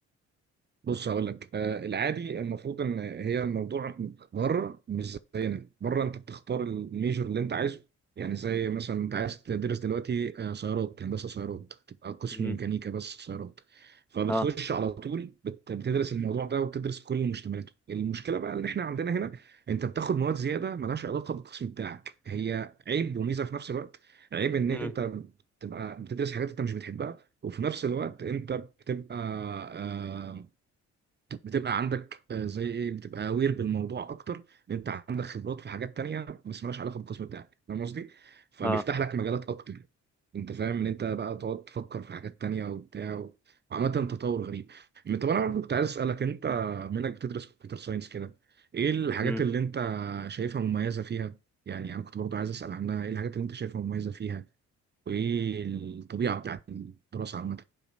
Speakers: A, on the right; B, in the centre.
A: بص هقول لك آه العادي المفروض ان هي الموضوع بره مش زينا بره انت بتختار الميجور اللي انت عايزه يعني زي مثلا انت عايز تدرس دلوقتي آه سيارات هندسه سيارات تبقى قسم
B: مم.
A: ميكانيكا بس سيارات فبتخش
B: اه
A: على طول بت- بتدرس الموضوع ده وبتدرس كل مشتملاته المشكله بقى ان احنا عندنا هنا انت بتاخد مواد زياده ملهاش علاقه بالقسم بتاعك هي عيب وميزه في نفس الوقت عيب ان
B: مم.
A: انت تبقى بتدرس حاجات انت مش بتحبها وفي نفس الوقت انت بتبقى آه، بتبقى عندك آه، زي ايه بتبقى اوير بالموضوع اكتر لان انت عندك خبرات في حاجات تانية بس مالهاش علاقه بالقسم بتاعك فاهم قصدي؟ فبيفتح
B: اه
A: لك مجالات اكتر انت فاهم ان انت بقى تقعد تفكر في حاجات تانية وبتاع وعامة تطور غريب طب انا برضه كنت عايز اسالك انت منك بتدرس كمبيوتر ساينس كده ايه الحاجات
B: مم.
A: اللي انت شايفها مميزه فيها؟ يعني انا كنت برضه عايز اسال عنها ايه الحاجات اللي انت شايفها مميزه فيها وايه الطبيعه بتاعت الدراسه عامه؟